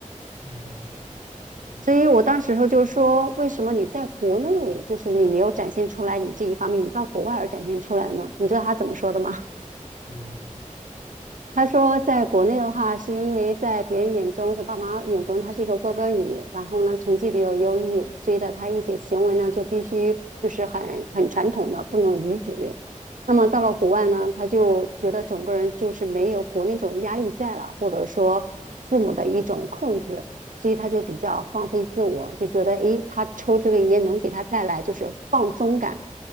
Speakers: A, on the left (about 75°); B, on the right (about 75°).
A: 嗯，明白。
B: 所以我当时候就说，
A: 那
B: 为什么你在国内就是你没有展现出来你这一方面，你到国外而展现出来呢？你知道他怎么说的吗？
A: 嗯
B: 他说，在国内的话，是因为在别人眼中或爸妈眼中，他是一个乖乖女，然后呢，成绩比较优异，所以的他一些行为呢，就必须就是很很传统的，不能逾矩。那么到了国外呢，他就觉得整个人就是没有国内这种压力在了，或者说父母的一种控制，所以他就比较放飞自我，就觉得诶，他抽这个烟能给他带来就是放松感。